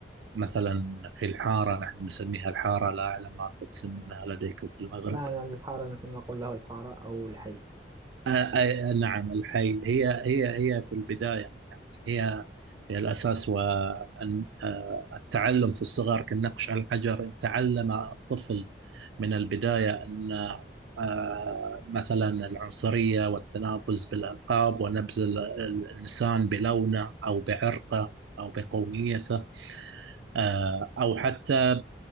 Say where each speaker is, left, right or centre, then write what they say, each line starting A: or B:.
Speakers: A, on the right (about 80°); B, on the right (about 20°).
A: مثلا في الحارة نحن نسميها الحارة لا أعلم ما تسمونها لديكم في المغرب
B: نعم نعم الحارة نحن نقول له الحارة أو الحي
A: آه، آه، آه، نعم الحي هي هي هي في البداية يعني هي هي الأساس والتعلم في الصغر كالنقش على الحجر إن تعلم الطفل من البداية أن آه، مثلا العنصرية والتنابز بالألقاب ونبذ ال- الإنسان بلونه أو بعرقه أو بقوميته آه، أو حتى